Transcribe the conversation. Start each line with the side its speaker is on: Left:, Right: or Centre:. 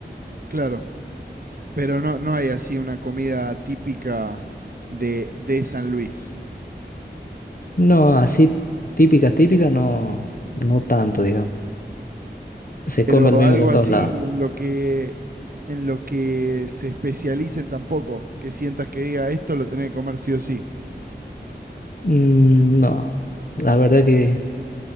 Right: Claro, pero no, no hay así una comida típica de, de San Luis.
Left: No, así típica, típica, no, no tanto, digamos. Se
Right: Pero
Left: come lo mismo
Right: algo
Left: que en
Right: así
Left: todos lados.
Right: en lo que, en lo que se especialicen tampoco, que sientas que diga esto lo tenés que comer sí o sí.
Left: Mm, no, la verdad que